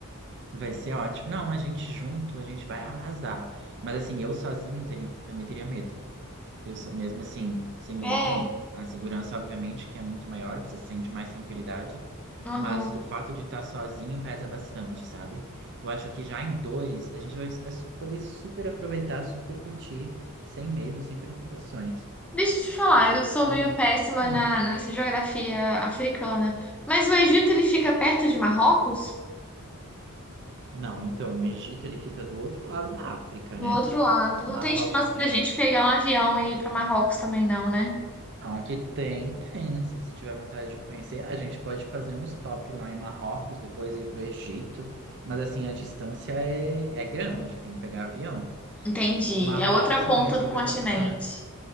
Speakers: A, on the right; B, in the centre.
A: Vai ser ótimo. Não, a gente junto, a gente vai arrasar. Mas assim, eu sozinho teria- também teria medo. Eu, só- mesmo assim, sendo
B: É.
A: homem, a segurança obviamente que é muito maior, você sente mais tranquilidade,
B: Uhum.
A: mas do fato de estar sozinho pesa bastante, sabe? Eu acho que já em dois, a gente vai é su- poder super aproveitar, super curtir, sem medo, sem preocupações.
B: Deixa eu te falar, eu sou
A: E,
B: meio péssima
A: hum,
B: na, nessa geografia africana. Mas o Egito, ele fica perto de Marrocos?
A: não, então, o Egito ele fica do outro lado da África,
B: Do
A: né?
B: outro lado. Não
A: Marrocos,
B: tem chance da gente pegar um avião e ir para Marrocos também, não, né?
A: Não, que tem, tem. Se você tiver vontade de conhecer, a gente pode fazer um stop lá em Marrocos, depois ir para o Egito. Mas assim, a distância é, é grande, tem que pegar avião.
B: Entendi.
A: Marrocos
B: É outra
A: também
B: ponta
A: é super
B: do continente.
A: bacana.